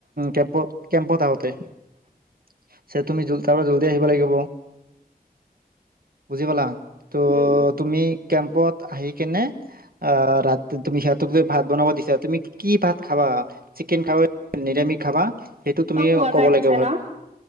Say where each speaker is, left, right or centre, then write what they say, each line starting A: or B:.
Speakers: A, on the right; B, on the right.
A: কেম্প কেম্পত আহোঁতে তুমি যো তাৰ পৰা জল্দি আহিব লাগিব বুজি পালা ত'
B: উম, উম,
A: তুমি কেম্পত আহি কেনে আহ ৰাতি তুমি সিহঁতক যে ভাত বনাব দিছা তুমি কি ভাত খাবা চিকেন খাবা নিৰামিষ খাবা সেইটো
B: চব
A: তুমি
B: পোৱা যায়
A: ক'ব
B: তাতে
A: লাগে
B: ন?